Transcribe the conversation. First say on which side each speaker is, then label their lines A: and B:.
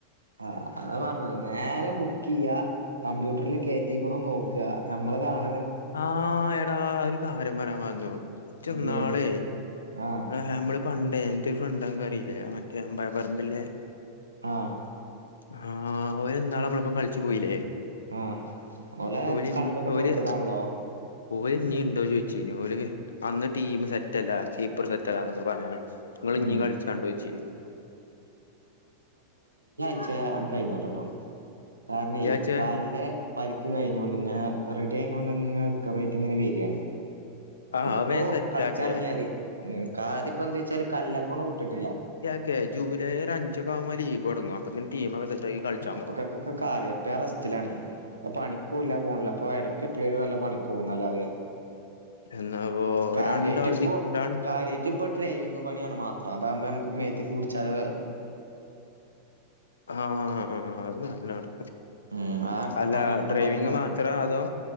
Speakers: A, on the right; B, on the left.
A: ആ അതാ പറഞ്ഞത് നേരെ ബുക്ക് ചെയ്യാ കമ്പ്യൂട്ടറില് കേയറ്റിക്കണോ നോക്കുക നമ്മളതാണ്
B: ആഹ എടാ ഒരു ആരംഭരാമായിന്ന ഇച്ച
A: എന്തേ
B: നാളെ
A: ആഹ്
B: നമ്മള് ഫണ്ടേ എന്റെ ഒരു ഫ്രണ്ട് അറിയില്ലേ മറ്റേ അമ്പയപറമ്പില്ലേ
A: ആഹ്
B: ആഹ് ഓൻ നാള നമ്മളപ്പം കളിച്ചു പോയില്ലേ
A: ആഹ് ഓലെ
B: ഓല്
A: കണക്കൊക്കെ
B: ഇഞ്ഞി ഓല്
A: തീർത്തതാണല്ലോ
B: ഓല് ഇനീം ഉണ്ടോ ചോദിച്ചി ഇനില് അന്ന് ടീം സെറ്റ് അല്ല കീപ്പർ സെറ്റ് അല്ല എന്നൊക്കെ പറഞ്ഞാണ് നിങ്ങളിഞ്ഞീ
A: ഉം
B: കളിച്ചാണ്ടോ ചോച്ചി
A: അ കഴിഞ്ഞോട്ടെട്ടോ കാരണം
B: ഇയ്യാച്ചേ
A: ഈ കാലിന്റെ പറി കഴിഞ്ഞണ്ട് ഇങ്ങനെ റെഡി ആയണ്ട്ങ്ങറട്ട് ഇെ വരിയാണ്
B: ആഹ്
A: ഇപ്പൊ
B: അത് വേഗം സെറ്റ്
A: കളിച്ചറങ്ങിയാല്
B: ആക്കേ
A: കാലിപ്പോ എന്താ വച്ചാല് കല്ലപ്പണ് വിട്ടിട്ടില്ല
B: ഓക്ക ജൂലൈ ഒരഞ്ജവുംബോ ലീഗ്ടങ്ങ അപ്പതിന് ടീമൊക്കെ സെറ്റ്, ആക്കി കളിച്ചാൻ
A: അപ്പക്കക്കൊക്കെ
B: പോണം
A: കാല അപ്പ റസ്റ്റിലാ ണ് അപ്പ പണിക്കൂല്ല പോണില്ല അപ്പൊ ഇടക്ക് വല്ല പണിക്ക് പോകുന്നുല്ലാതെ
B: എന്നാപ്പോ
A: കാര്യമായിട്ട
B: രണ്ടാൾ
A: ഇപ്പ
B: നി രണ്ട്
A: കാര്യായിട്ട് ഇപ്പൊ ഡ്രൈവിങ് പണിയാണ് മാത്ര അതാകുമ്പോ നമുക്ക് മേത്തക്ക് പുടിച്ചതാ
B: ആഹ് അത് നല്ലാണ്
A: ഉം ആ
B: അല്ല
A: പണിയാണ് ഇപ്പൊ
B: ഡ്രൈവിങ്
A: കാര്യായിട്ട് നോക്കണെ
B: മാത്ര അതോ